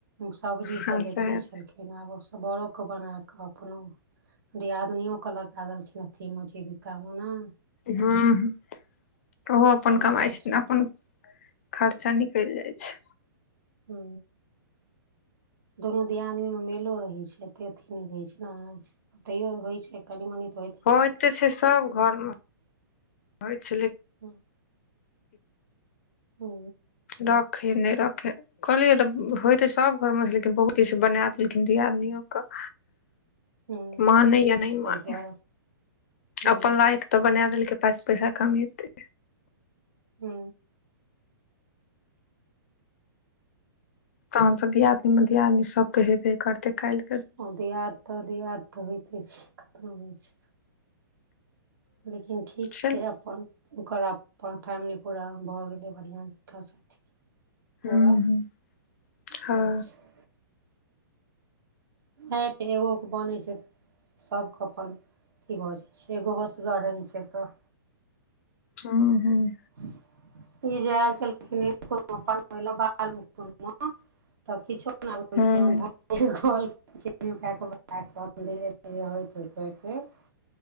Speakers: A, on the right; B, on the left.
A: सब्जी सभ
B: हँ
A: बेचै
B: सएह
A: छलखिन आब सभ बरोकेँ बना कऽ अपनो दियादनियो कऽ लगा देलखिन अथी मे जीविका मे ने
B: ह
A: पूरा
B: ओ अपन
A: फैमिली
B: कमाई
A: आब
B: छै
A: सेट
B: अपन खर्चा निकल जाई छै
A: हू दुनू दियादनी मे मेलो रहै छै एते अथी नै रहै छै तैयो होई छै कनि-मनी तऽ होई
B: होत छै सभ घर मे होय छेलै
A: हू। हू।
B: रखै नै रखै कहलियै तऽ होयतै सभ घर मे लेकिन बहुत स बना देलखिन दियादनियो के
A: हुँ
B: मानै या नहि
A: ताहि
B: मानै
A: दुआरे हुँ
B: अपन लायइ कऽ तऽ बना देलकै पैसा कमेतै
A: हू
B: तहन तऽ दियादनी मे दियादनी सभके हेबे करतेल कैल्ह
A: ओ दियाद तऽ दियाद तऽ होइते छै कतनो होय छै त लेकिन ठीक
B: चल
A: छै अपन ओकरा अप फैमिली पूरा भऽ गेलै बढ़िया ज साथ
B: हूँ
A: पूरा
B: हँ
A: से छै। इए छै एगो के बने छै सभके अपन अथी भऽ जाइ छै एगो होशगर रहै छै तऽ
B: हूँ हुँ
A: ई जे एल छेलखिन हुन तऽ किछो नैय
B: हूँ
A: आबै छलै हम कहलकै कि